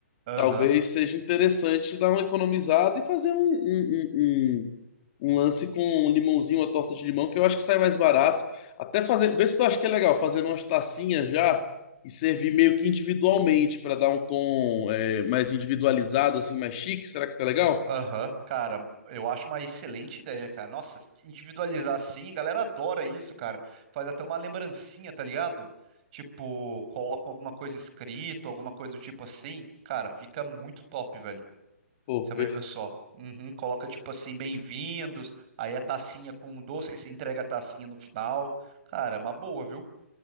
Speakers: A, on the right; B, on the left.
A: Aham.
B: Talvez seja interessante dar uma economizada e fazer um, um, um, um- um lance com um limãozinho, uma torta de limão, que eu acho que sai mais barato. Até fazer, vê se tu acha que é legal, fazer umas tacinhas já e servir meio que individualmente para dar um tom é, mais individualizado, assim, mais chique. Será que fica legal?
A: Aham, Cara, eu acho uma excelente ideia, cara. Nossa, individualizar assim, a galera adora isso, cara. Faz até uma lembrancinha, tá ligado? Tipo, colocam alguma coisa escrita, alguma coisa do tipo assim. Cara, fica muito top, velho.
B: Pô,
A: Você vai
B: perfeito.
A: ver só. Uhum, coloca tipo assim, bem-vindos, aí a tacinha com doce, aí se entrega a tacinha no final. Cara, é uma boa, viu?